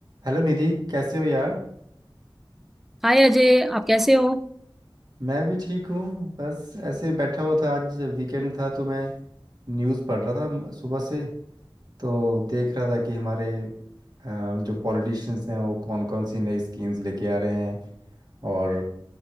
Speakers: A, on the right; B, in the centre.
A: Hello Nidhi कैसे हो यार
B: हाय अजय आप कैसे हो
A: मैं भी ठीक हूँ बस ऐसे ही बैठा हुआ था आज वीकेंड था तो मैं न्यूज़ पढ़ रहा था म- सुबह से तो देख रहा था कि हमारे अ, जो पॉलिटिशियंस हैं वो कौन कौन सी नई स्कीम्स लेके आ रहे हैं और